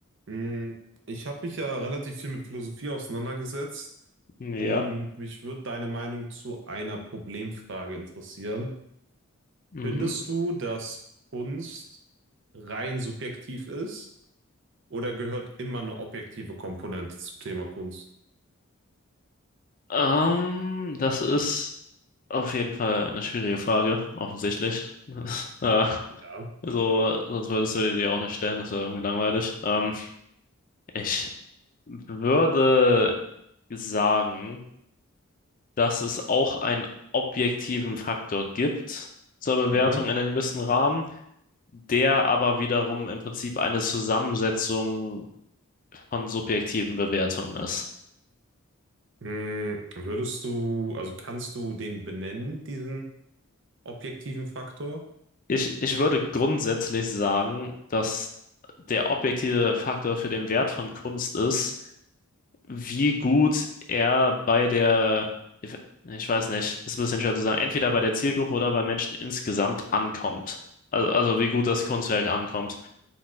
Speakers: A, on the right; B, on the left.
A: Mm, Ich habe mich ja relativ viel mit Philosophie auseinandergesetzt
B: Ja.
A: und mich würde deine Meinung zu einer Problemfrage interessieren.
B: Mhm.
A: Findest du, dass Kunst rein subjektiv ist oder gehört immer eine objektive Komponente zum Thema Kunst?
B: Ähm, das ist auf jeden Fall eine schwierige Frage, offensichtlich. <laughs>
A: Ja.
B: Ja, so, sonst würdest du die dir auch nicht stellen, das wäre irgendwie langweilig. Ähm, ich würde sagen, dass es auch einen objektiven Faktor gibt zur Bewertung
A: Mhm.
B: in einem gewissen Rahmen, der aber wiederum im Prinzip eine Zusammensetzung von subjektiven Bewertungen ist.
A: Mm, Würdest du, also kannst du den benennen, diesen objektiven Faktor?
B: Ich, ich würde grundsätzlich sagen, dass der objektive Faktor für den Wert von Kunst ist, wie gut er bei der, ich ich weiß nicht, ist ein bisschen schwer zu sagen, entweder bei der Zielgruppe oder bei Menschen insgesamt ankommt. Also, also wie gut das Kunstwerk ankommt.